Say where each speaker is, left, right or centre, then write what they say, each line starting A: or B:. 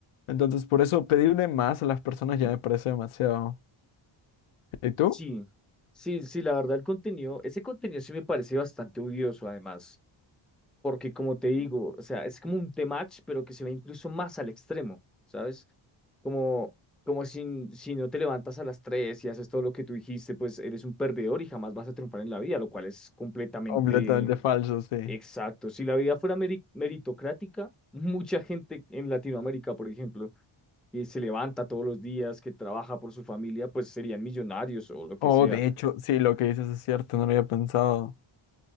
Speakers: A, on the left (about 80°); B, in the centre.
A: Entonces, por eso pedirle más a las personas ya me parece demasiado. ¿Y tú?
B: Sí, sí, sí, la verdad el contenido, ese contenido sí me parece bastante odioso además porque como te digo, o sea, es como un tematch, pero que se ve incluso más al extremo, ¿sabes? Como, como si, si no te levantas a las 3 y haces todo lo que tú dijiste, pues eres un perdedor y jamás vas a triunfar en la vida, lo cual es completamente
A: Completamente falso, sí.
B: exacto. Si la vida fuera meri- meritocrática, mucha gente en Latinoamérica, por ejemplo, que se levanta todos los días, que trabaja por su familia, pues serían millonarios o lo que
A: Oh,
B: sea.
A: de hecho, sí, lo que dices es cierto, no lo había pensado.